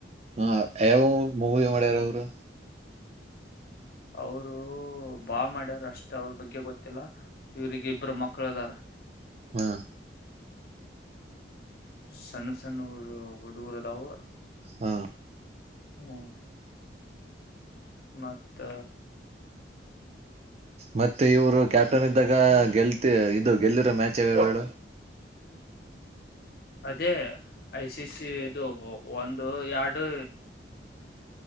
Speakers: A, on the right (about 35°); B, on the left (about 55°).
A: ಹಾ ಯವ ಮೂವ ಮಾಡ್ಯ ರರ
B: ಅವರು ಬಾ ಮಾಡ್ಯರು ಅಷ್ಟ ಅವ್ರ ಬಗ್ಗೆ ಗೊತ್ತಿಲ್ಲ ಇವ್ರಿಗೆ ಇಬ್ರು ಮಕ್ಳ ಅದಾರ
A: ಹ್ಮ
B: ಸಣ್ಣ ಸಣ್ಣಡು ಹಡುಗರದವು
A: ಹಾ
B: ಹ್ಮ್ ಮತ್ತ
A: ಮತ್ತೆ ಇವರು ಕ್ಯಾಪ್ಟನ್ ಇದ್ದಾಗ ಗೆಲ್ತಿ ಇದು ಗೆಲ್ಲಿರೋ ಮ್ಯಾಚ್ ಯಾವ ಹೇಳು.
B: ಹ್ಮ್ ಹ್ಮ್ ಅದೇ ಐ ಸಿ ಸಿ ಇದು ಒಂದು ಎರಡು